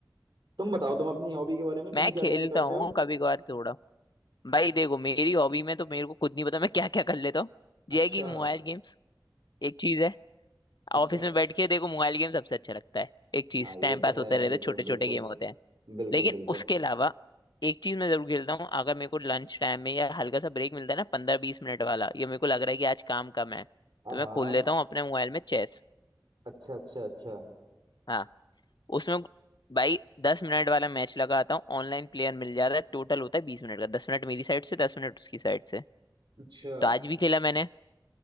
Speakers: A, on the right (about 70°); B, on the left (about 65°).
A: तुम बताओ तुम अपनी हॉबी के बारे में तुम
B: मैं
A: क्या
B: खेलता
A: क्या क्या करते
B: हूँ
A: हो
B: कभी कभार थोड़ा भाई देखो मेरी हॉबी में तो मेरे को खुद नहीं पता मैं क्या क्या कर लेता हूँ
A: अच्छा
B: ये है कि मोबाइल गेम्स एक चीज है
A: अच्छा
B: ऑफिस में बैठ के देखो मोबाइल गेम सबसे अच्छा लगता है एक चीज
A: हाँ ये
B: टाइम
A: तो
B: पास
A: है
B: होता रहता
A: बिल्कुल
B: है छोटे
A: बिल्कुल
B: छोटे गेम होते हैं
A: बिल्कुल
B: लेकिन
A: बिल्कुल
B: उसके अलावा एक चीज मैं जरूर खेलता हूँ अगर मेरे को लंच टाइम में या हल्का सा ब्रेक मिलता है ना पंद्रह बीस मिनट वाला ये मेरे को लग रहा है कि आज काम कम है
A: हाँ
B: तो मैं
A: हाँ,
B: खोल लेता हूँ अपने मोबाइल में चेस
A: अच्छा अच्छा अच्छा
B: हाँ, उसमें भाई दस मिनट वाला मैच लगाता हूँ ऑनलाइन प्लेयर मिल जाता है टोटल होता है बीस मिनट का दस मिनट मेरी साइड से दस मिनट उसकी साइड से
A: अच्छा
B: तो आज भी खेला मैंने